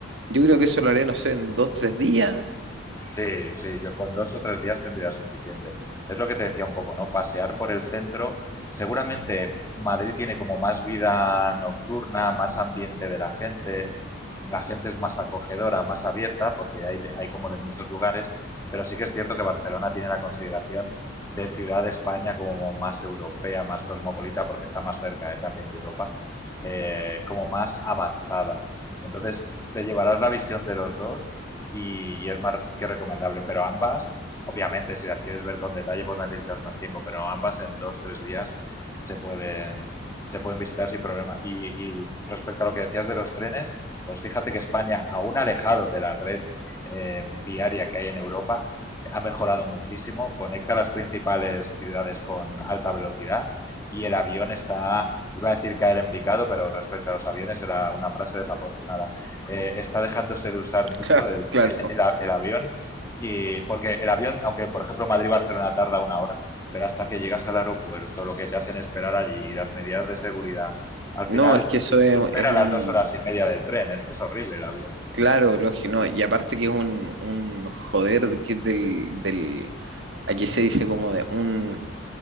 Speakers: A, on the right (about 70°); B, on the left (about 15°).
A: Yo creo que eso lo haré, no sé, en dos, tres días,
B: Sí, sí, yo con dos o tres días tendría suficiente. Es lo que te decía un poco, ¿no? Pasear por el centro. Seguramente Madrid tiene como más vida nocturna, más ambiente de la gente, la gente es más acogedora, más abierta, porque hay, hay como de muchos lugares, pero sí que es cierto que Barcelona tiene la consideración de ciudad de España como más europea, más cosmopolita, porque está más cerca, ¿eh? también de Europa, eh, como más avanzada. Entonces, te llevarás la visión de los dos y, y es más que recomendable. Pero ambas, obviamente, si las quieres ver con detalle, pues necesitas más tiempo, pero ambas en dos, tres días se pueden, se pueden visitar sin problema. Y, y respecto a lo que decías de los trenes, pues fíjate que España, aún alejado de la red eh, viaria que hay en Europa, ha mejorado muchísimo, conecta las principales ciudades con alta velocidad y el avión está, iba a decir caer en picado, pero respecto a los aviones era una frase desafortunada. Eh, está dejándose de usar
A: <laughs>
B: mucho
A: Claro,
B: el,
A: claro.
B: el, el avión. Y porque el avión, aunque por ejemplo Madrid-Barcelona tarda una hora, pero hasta que llegas al aeropuerto, lo que te hacen esperar allí, las medidas de seguridad, al
A: No,
B: final
A: es que eso es,
B: supera
A: es un,
B: las dos horas y media del tren. Es que es horrible el avión.
A: claro, lógico, no, y aparte que es un, un joder que del, del, aquí se dice como de un,